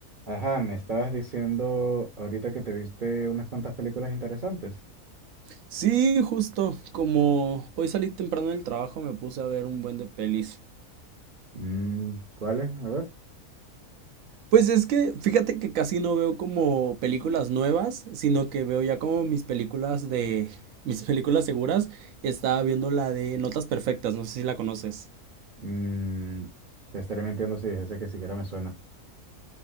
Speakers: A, on the right; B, on the right.
A: Ajá, me estabas diciendo ahorita que te viste unas cuantas películas interesantes.
B: Sí, justo, como hoy salí temprano del trabajo, me puse a ver un buen de pelis.
A: Mm, ¿cuáles? A ver.
B: Pues es que, fíjate que casi no veo como películas nuevas, sino que veo ya como mis películas de, mis películas seguras. Estaba viendo la de Notas Perfectas, no sé si la conoces.
A: Mm, te estaré mintiendo si dijese que siquiera me suena.